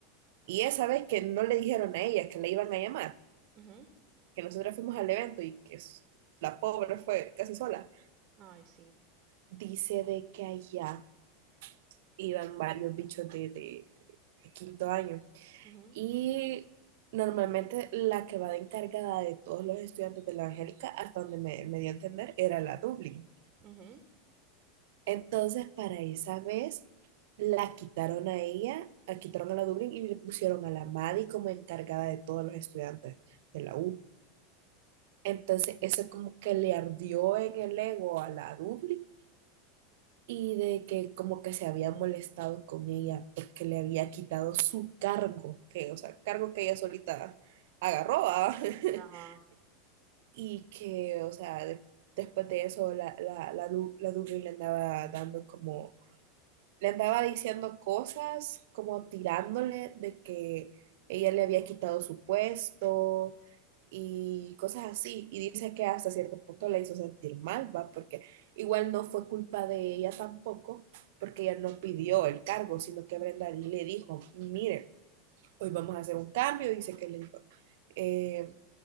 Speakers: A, on the right (about 60°); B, on the right (about 40°).
A: y esa vez que no le dijeron a ella que la iban a llamar,
B: ujú.
A: que nosotros fuimos al evento y que s- la pobre fue casi sola,
B: Ay, sí.
A: dice de que allá iban varios bichos de, de, de- de quinto año
B: Ujú,
A: y normalmente la que va de encargada de todos los estudiantes de la Angélica, hasta donde me, me dio a entender, era la Dublin.
B: ujú.
A: Entonces, para esa vez, la quitaron a ella, la quitaron a la Dublín y le pusieron a la Maddie como encargada de todos los estudiantes de la U. Entonces, eso como que le ardió en el ego a la Dublín y de que como que se había molestado con ella porque le había quitado su cargo, que, o sea, cargo que ella solita agarró, ¿va?
B: Ajá.
A: <laughs> Y que, o sea, de- después de eso, la, la, la, Du- la Dublín le andaba dando como le andaba diciendo cosas, como tirándole de que ella le había quitado su puesto y cosas así. Y dice que hasta cierto punto le hizo sentir mal, ¿va? Porque igual no fue culpa de ella tampoco, porque ella no pidió el cargo, sino que
B: Ujú.
A: Brenda le dijo, mire, hoy vamos a hacer un cambio, dice que le dijo. eh,